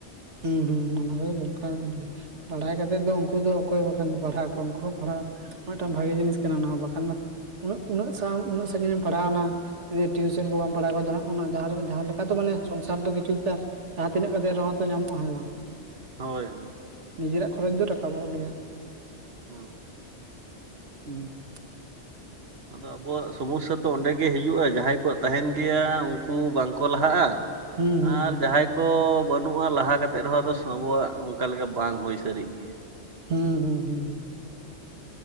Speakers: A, on the right; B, on the right.
A: ᱦᱩᱸ ᱦᱩᱸ ᱚᱱᱟ ᱫᱚ ᱫᱚᱨᱠᱟᱨ ᱠᱟᱱ ᱜᱮ᱾ ᱵᱟᱲᱟᱭ ᱠᱟᱛᱮᱫ ᱫᱚ ᱩᱱᱠᱩ ᱫᱚ ᱚᱠᱚᱭ ᱵᱟᱠᱷᱟᱱ ᱯᱟᱲᱦᱟᱣ ᱠᱚᱣᱟ? ᱩᱱᱠᱩ ᱦᱚᱸ ᱯᱟᱲᱦᱟᱣ ᱢᱤᱫᱴᱟᱝ ᱵᱷᱟᱜᱤ ᱡᱤᱱᱤᱥ ᱠᱟᱱᱟ ᱱᱚᱣᱟ ᱵᱟᱠᱷᱟᱱ ᱫᱚ ᱩᱱᱟᱹᱜ ᱩᱱᱟᱹᱜ ᱥᱟ ᱩᱱᱟᱹᱜ ᱥᱟᱺᱜᱤᱧᱮᱢ ᱯᱟᱲᱦᱟᱣᱱᱟ᱾ ᱡᱮ ᱴᱤᱭᱩᱥᱚᱱ ᱠᱚ ᱵᱟᱢ ᱯᱟᱲᱦᱟᱣ ᱠᱚᱣᱟ ᱡᱟᱦᱟᱸ, ᱚᱱᱟ ᱡᱟᱦᱟᱸ ᱢᱟᱦᱟᱸ ᱞᱮᱠᱟ ᱛᱚ ᱢᱟᱱᱮ ᱥᱚᱝᱥᱟᱨ ᱫᱚ ᱠᱤᱪᱷᱩᱴᱟ ᱡᱟᱦᱟᱸ ᱛᱤᱱᱟᱹᱜ ᱠᱟᱛᱮᱫ ᱨᱮᱦᱚᱸ ᱛᱚ ᱧᱟᱢᱚᱜ-ᱟ ᱦᱮᱸ ᱵᱟᱝ᱾
B: ᱦᱳᱭ ᱦᱳᱭ᱾
A: ᱱᱤᱡᱮᱨᱟᱜ ᱠᱷᱚᱨᱚᱪ ᱫᱚ ᱨᱟᱠᱟᱵᱚᱜ ᱜᱮᱭᱟ᱾
B: ᱦᱩᱸ᱾
A: ᱦᱩᱸ᱾
B: ᱟᱫᱚ ᱟᱵᱚᱣᱟᱜ ᱥᱚᱢᱚᱥᱥᱟ ᱛᱚ ᱚᱸᱰᱮ ᱜᱮ ᱦᱤᱡᱩᱜ-ᱟ ᱡᱟᱦᱟᱸᱭ ᱠᱚᱣᱟᱜ ᱛᱟᱸᱦᱮᱱ ᱜᱮᱭᱟ ᱩᱝᱠᱩ ᱵᱟᱝᱠᱚ ᱞᱟᱦᱟᱜ-ᱟ᱾
A: ᱦᱩᱸ ᱦᱩᱸ
B: ᱟᱨ
A: ᱦᱩᱸ
B: ᱡᱟᱦᱟᱸᱭ ᱠᱚ ᱵᱟᱹᱱᱩᱜᱼᱟ ᱞᱟᱦᱟ ᱠᱟᱛᱮᱫ ᱨᱮᱦᱚᱸ ᱟᱫᱚ ᱥᱚᱵᱚᱜᱟ ᱚᱱᱠᱟ ᱞᱮᱠᱟ ᱵᱟᱝ ᱦᱩᱭ ᱥᱟᱹᱨᱤᱜ ᱜᱮᱭᱟ
A: ᱦᱩᱸ ᱦᱩᱸ ᱦᱩᱸ ᱦᱩᱸ